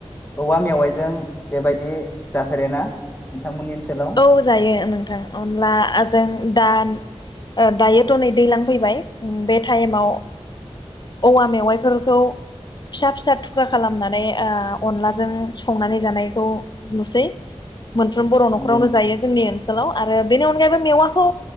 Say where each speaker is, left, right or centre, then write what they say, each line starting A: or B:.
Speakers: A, on the left; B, on the left.
A: औवा मेवाइजों बेबायदि जाफेरोना? नोंथांमोननि ओनसोलाव
B: औ जायो नोंथां अनलाजों दान ओ दायोथ' नै दैलां फैबाय बे टाइमाव औवा मेवाइफोरखौ फिसा फिसा थुख्रा खालामनानै ओ अनलाजों संनानै जानायखौ नुसै। मोनफ्रोम बर' न
A: नंगौ
B: न'खरावनो
A: नोंथां
B: जायो जोंनि ओन लाव आरो बेनि अनगायैबो मेवाखौ